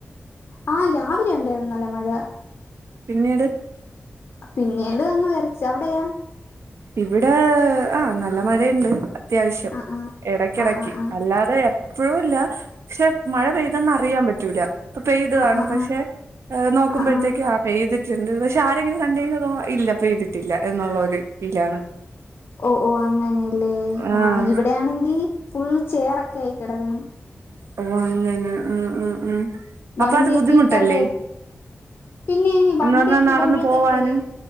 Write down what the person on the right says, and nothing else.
പിന്നീട്
ഇവിടെ ആ നല്ല മഴണ്ട് അത്യാവശ്യം
ഇടക്കിടക്ക്
അല്ലാതെ എപ്പോഴ ഇല്ല പക്ഷെ മഴ പെയ്തെന്ന് അറിയാൻ പറ്റൂല പൊ പേയ്ത്
കാണും
പക്ഷെ
നോക്കുമ്പോഴത്തേക്കും
ആ പേ ചെയ്ത് പക്ഷെ ആരെങ്കിലും കണ്ട അതോ ഇല്ലപ്പൊ ചെയ്തിട്ടില്ല എന്നുള്ളൊരു ഫലാണ്
ആഹ്
ഓ അങ്ങനെ ഉം ഉം ഉം
അപ്പൊ അത് ബുദ്ധിമുട്ടല്ലേ
എന്ന് പറഞ്ഞാൽ നടന്നു
പോവാനും